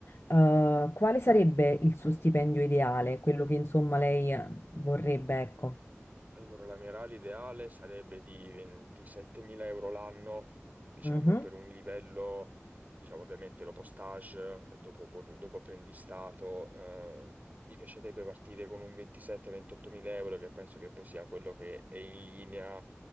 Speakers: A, on the left; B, on the right.
A: eh, quale sarebbe il suo stipendio ideale? Quello che insomma lei eh, vorrebbe, ecco.
B: Allora, la mia RAL ideale sarebbe di 27.000 euro l'anno, diciamo
A: Mhm.
B: per un livello, diciamo ovviamente dopo stage, dopo, cor- dopo apprendistato, eh, mi piacerebbe partire con un 27-28.000 euro che penso che poi sia quello che è in linea